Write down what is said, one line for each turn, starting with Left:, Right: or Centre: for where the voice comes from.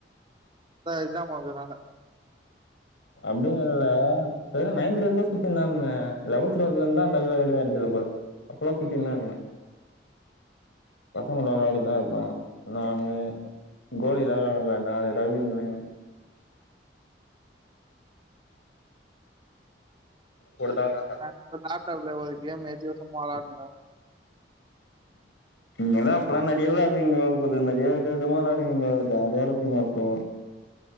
Right: த எக்சாம் வந்தனால
Left: அப்டின்னு இல்ல வெறு நைன்த்து டென்த்தே சுத்தினு தா இந்த லெவல்த் டுவல்த்ல இந்தா அந்தளவுல வெளிவரதுல்ல போல அப்பல்லா <unintelligible> இல்ல பசங்கூட விளையாடினு தா இருந்த நானு கோலிலா விளாடுவ நாங்க தா வின்னு கொடுத்தானா
Right: அ ந லப்டாப்ல ஒரு கேம் ஏத்தி சும்மா விளாடுவோ
Left: நீங்கதா அப்பெல்லா நறைய விளாடுவீங்க புது நறையா வித விதமா விளையாடுவீங்க ஜாலியா இருப்பீங்க அப்போ